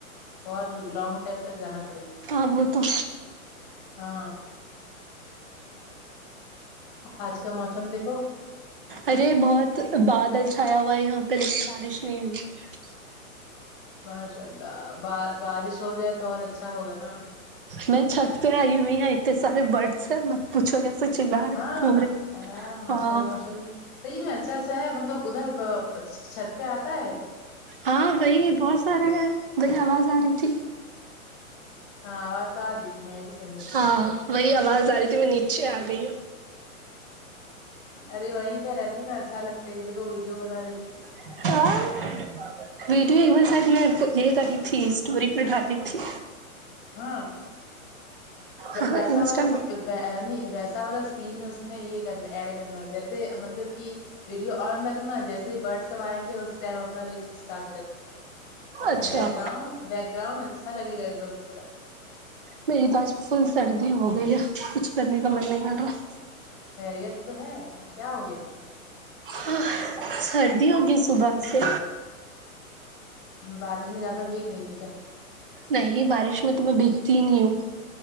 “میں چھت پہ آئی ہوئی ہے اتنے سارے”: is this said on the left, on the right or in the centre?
Right